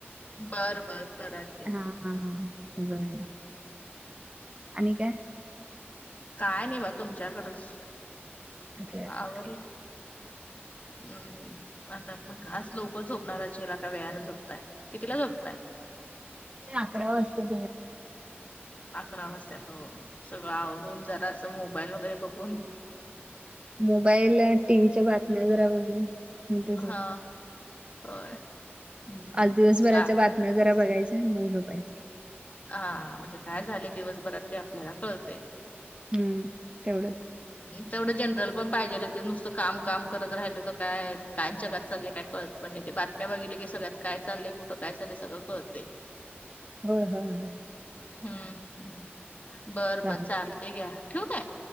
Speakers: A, on the left; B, on the right.
A: बर बर करा की.
B: हा हा हा बरं आणि काय?
A: काय नाही बा तुमच्याकडच
B: बर बर
A: आवरल हम् आता मग आज लवकर झोपणार अशीला, का वेळानं झोपताय, कितीला झोपताय?
B: ते अकरा वाजता
A: अकरा वाजतात सगळं आवरून जरा असं मोबाईल वगैरे बघून
B: मोबाईल टीव्हीच्या बातम्या जरा बघून नंतर झोपतो.
A: हा होय हम्म
B: आज दिवसभराच्या
A: सा
B: बातम्या जरा बघायचा आणि मग झोपायच.
A: हा म्हणजे काय झाले दिवसभरात ते आपल्याला कळतय.
B: हम्म तेवढंच!
A: तेवढं जनरल पण पाहिजेल की नुसतं काम काम करत राहिल तर काय काय जगात चाललंय काय कळत पण नाही ते बातम्या बघितल्या की सगळ्यात काय चाल कुठं काय चाल सगळंतय.
B: होय होय होय.
A: हम्म! बरं
B: चालेल
A: बर चालते घ्या ठेऊ काय?